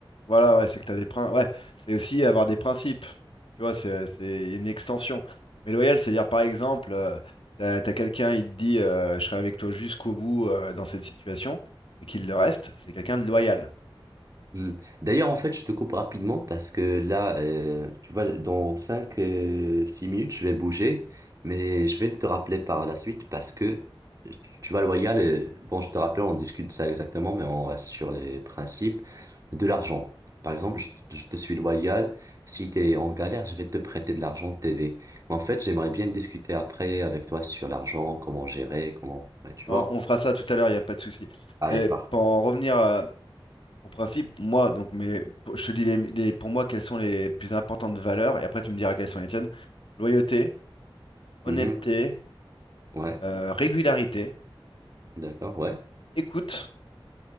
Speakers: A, on the left; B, on the right.
A: Voilà, ouais, c'est que t'as des principes. Ouais, c'est aussi avoir des principes. Tu vois, c'est c'est une extension. Mais loyal, c'est dire par exemple, euh, t'as, t'as quelqu'un, il te dit euh, je serai avec toi jusqu'au bout euh, dans cette situation, et qu'il le reste, c'est quelqu'un de loyal.
B: Hmm. D'ailleurs, en fait, je te coupe rapidement parce que là, euh, tu vois, dans cinq euh, six minutes, je vais bouger, mais je vais te rappeler par la suite parce que, tu vois, loyal, euh, bon, je te rappelle, on discute de ça exactement, mais on reste sur les principes de l'argent. Par exemple, je, je te suis loyal, si tu es en galère, je vais te prêter de l'argent, t'aider. Mais en fait, j'aimerais bien discuter après avec toi sur l'argent, comment gérer, comment, ouais, tu
A: On,
B: vois.
A: on fera ça tout à l'heure, il n'y a pas de souci.
B: Allez,
A: Mais
B: parfait.
A: pour en revenir à, En principe, moi, donc, mais pour- je te dis les, les- pour moi quelles sont les plus importantes valeurs, et après tu me diras quelles sont les tiennes. Loyauté, honnêteté,
B: Mhm. Ouais,
A: euh, régularité,
B: d'accord, ouais.
A: écoute,